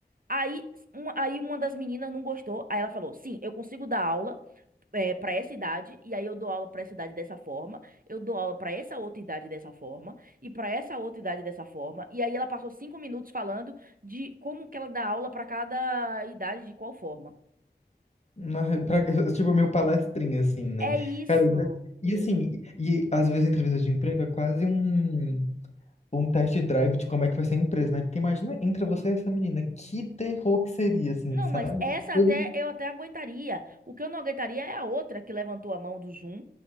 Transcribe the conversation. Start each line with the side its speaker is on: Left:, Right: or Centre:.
Right: Aí, um- aí uma das meninas não gostou, aí ela falou: sim, eu consigo dar aula para essa idade, e aí eu dou aula para essa idade dessa forma, eu dou aula para essa outra idade dessa forma, e para essa outra idade dessa forma. E aí ela passou cinco minutos falando de como que ela dá aula para cada idade, de qual forma.
Left: Na- pra- <laughs> tipo, meu palestrinha, assim, né?
Right: É isso.
Left: Cara, e assim, e às vezes a entrevista de emprego é quase um. um test drive de como é que vai ser a empresa, né? Porque imagina, entra você e essa menina, que terror que seria, assim,
Right: Não,
Left: sabe?
Right: mas essa
Left: Eu-
Right: até eu até aguentaria. O que eu não aguentaria é a outra que levantou a mão do Zoom